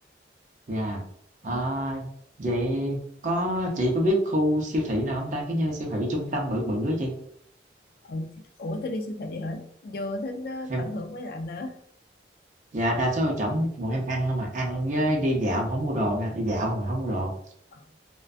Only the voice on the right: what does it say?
Dạ.
Ờ, vậy có chị có biết khu siêu thị nào hông ta? Cái như siêu thị trung tâm bự bự á chị.
Em
dạ, đa số trỏng bọn em ăn hông à, ăn với đi dạo mà không mua đồ nè, đi dạo không mà không mua đồ.